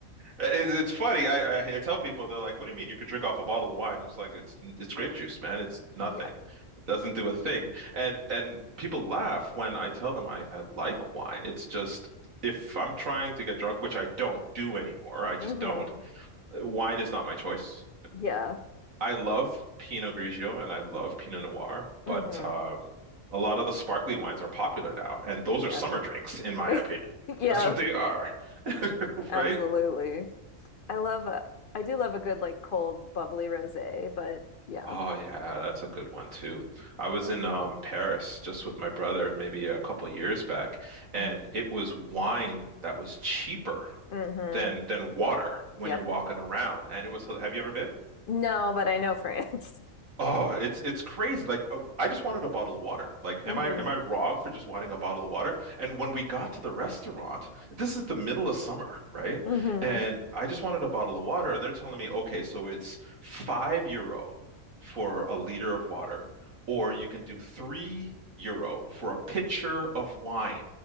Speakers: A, on the right; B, on the left.
A: It, it's funny. I, I I tell people they're like, "What do you mean you could drink off a bottle of wine?" I was like, "It's it's grape juice, man. It's nothing.
B: Yeah.
A: It doesn't do a thing." And and people laugh when I tell them I I like wine. It's just if I'm trying to get drunk, which I don't do anymore, I just
B: hmm
A: don't. uh, Wine is not my choice.
B: Yeah.
A: I love Pinot Grigio and I love Pinot Noir,
B: hmm
A: but um, a lot of the sparkly wines are popular now, and those
B: Yeah.
A: are summer drinks, in my
B: <laughs>
A: opinion.
B: Yeah,
A: That's what they are, <laughs>
B: absolutely.
A: right?
B: I love a, I do love a good like cold bubbly rosé, but yeah.
A: Oh yeah, that's a good one too. I was in um, Paris just with my brother maybe a couple years back, and
B: Oh.
A: it was wine that was cheaper
B: hmm
A: than than water when
B: Yep.
A: you're walking around. And it was, have you ever been?
B: No, but I know France. <laughs>
A: Oh, it's it's crazy. Like uh, I just wanted a bottle of water. Like
B: hmm
A: am I am I wrong for just wanting a bottle of water? And when we got to the restaurant, this is the middle of summer, right?
B: hmm
A: And I just wanted a bottle of water and they're telling me, "Okay, so it's 5 euro for a liter of water or you can do 3 euro for a pitcher of wine."